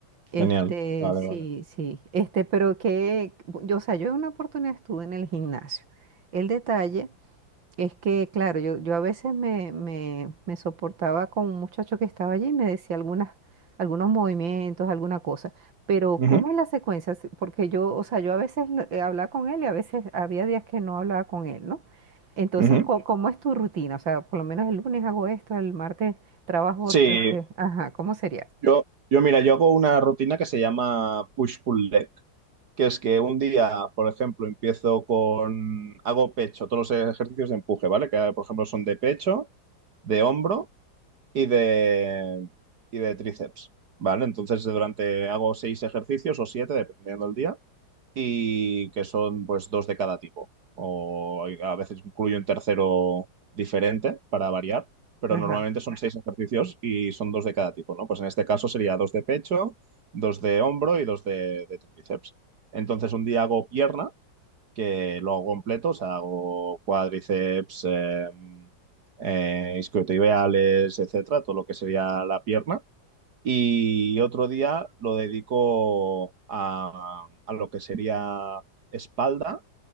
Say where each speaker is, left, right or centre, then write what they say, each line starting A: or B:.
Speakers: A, on the right; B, on the right.
A: Este,
B: Genial. Vale,
A: sí,
B: vale.
A: sí. Este, pero que, yo, o sea, yo en una oportunidad estuve en el gimnasio. El detalle es que, claro, yo, yo a veces me, me, me soportaba con un muchacho que estaba allí y me decía algunas, algunos movimientos, alguna cosa. Pero,
B: Ujú,
A: ¿cómo es la secuencia? Si- Porque yo, o sea, yo a veces lo- eh, hablaba con él y a veces había días que no hablaba con él, ¿no? Entonces,
B: ujú.
A: co- ¿cómo, es tu rutina? O sea, por lo menos el lunes hago esto, el martes trabajo,
B: Sí,
A: este, ajá, ¿cómo sería?
B: yo, yo mira, yo hago una rutina que se llama push-pull leg, que es que un día, por ejemplo, empiezo con, hago pecho, todos los ejercicios de empuje, ¿vale? Que, por ejemplo, son de pecho, de hombro y de, y de tríceps, ¿vale? Entonces, durante, hago seis ejercicios o siete, dependiendo del día y que son pues dos de cada tipo. O eh, a veces incluyo un tercero diferente para variar, pero
A: Ajá,
B: normalmente son seis ejercicios y son dos de cada tipo, ¿no? Pues en este caso sería dos de pecho, dos de hombro y dos de, de tríceps. Entonces un día hago pierna, que lo hago completo, o sea, hago cuádriceps, eh, eh, isquiotibiales, etcétera, todo lo que sería la pierna y otro día lo dedico a, a lo que sería espalda